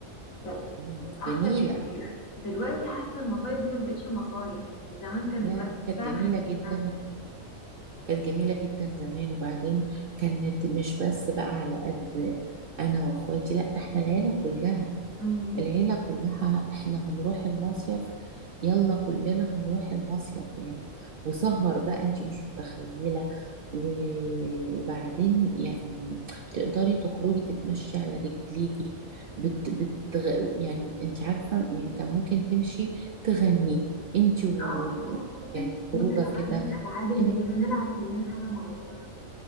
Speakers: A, on the left; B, on the right.
A: كانت
B: <laughs> مم.
A: احلى
B: جميله
A: بكتير دلوقتي حاسه المصايف دي ما بقتش مصايف يعني زمان كان
B: لا
A: الواحد
B: كانت
A: فعلا
B: جميله
A: بيستمتع
B: جدا كانت جميلة جدا زمان وبعدين كانت مش بس بقى على قد أنا وأخواتي لا ده احنا العيلة كلها
A: امم
B: العيلة كلها احنا هنروح المصيف يلا كلنا هنروح المصيف يعني وسهر بقى انت مش متخيلة و... وبعدين يعني تقدري تخرجي تتمشي على رجليكي بت... بتغ... يعني انت عارفة يعني كان ممكن تمشي تغني انت و...
A: اه اه اه تمشي
B: يعني
A: وتلعبي
B: خروجة كده
A: العاب اللي
B: إيه،
A: هي نلعب كلنا حاجه مع بعض